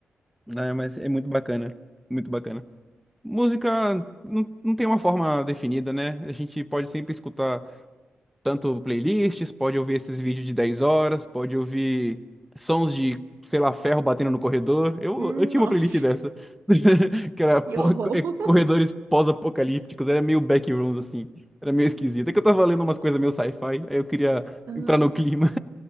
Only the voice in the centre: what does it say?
né? mas é muito bacana. Muito bacana. Música não, não tem uma forma definida, né? A gente pode sempre escutar tanto playlists, pode ouvir esses vídeos de 10 horas, pode ouvir sons de, sei lá, ferro batendo no corredor. Eu,
eu tinha
uma playlist dessa, <laughs> que
era pó-
é,
corredores pós-apocalípticos, era meio backrooms, assim. Era meio esquisito. É que eu tava lendo umas coisas meio sci-fi, aí eu queria
entrar no clima.